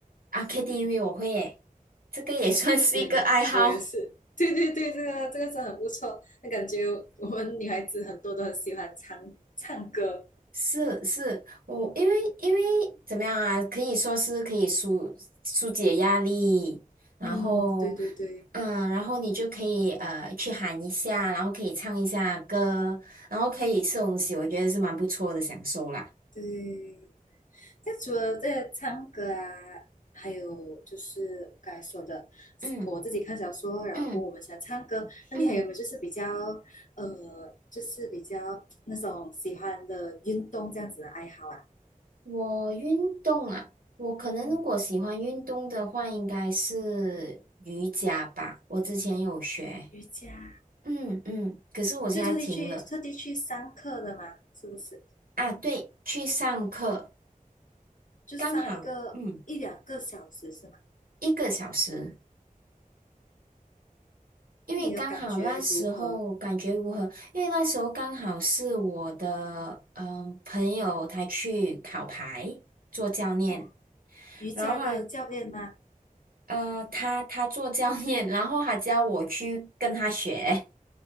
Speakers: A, on the right (about 80°); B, on the left (about 60°).
A: 啊，KTV 我会耶，这个也 <laughs> 算是一个爱好。
B: 对，我也是。对对对，这个这个是很不错。那感觉我们女孩子很多都很喜欢唱唱歌。
A: 是是，我因为因为怎么样啊，可以说是可以疏疏解压力，然后
B: 嗯，对对对
A: 嗯，然后你就可以呃去喊一下，然后可以唱一下歌，然后可以吃东西，我觉得是蛮不错的享受啦。
B: 对。那除了这个唱歌啊，还有就是我刚才说的，
A: 嗯
B: 我自己看小说，然后过后我们喜欢唱歌。
A: 嗯。
B: 那你还有没有就是比较呃，
A: 嗯，
B: 就是比较那种喜欢的运动这样子的爱好啊？
A: 我运动啊，我可能如果喜欢运动的话，
B: 嗯，
A: 应该是瑜伽吧。我之前有学，
B: 瑜伽，
A: 嗯嗯，可是我现在停了
B: 就特地去特地去上课的嘛，是不是？
A: 啊。对，去上课，
B: 就上一个一两个小时是吗？
A: 刚好嗯一个小时，因为刚好那时候感觉如何？
B: 你的感觉如何？
A: 因为那时候刚好是我的嗯、呃朋友他去考牌做教练。
B: 哦，瑜伽的教练吗？
A: 然后啊呃，他他做教练，然后还叫我去跟他学。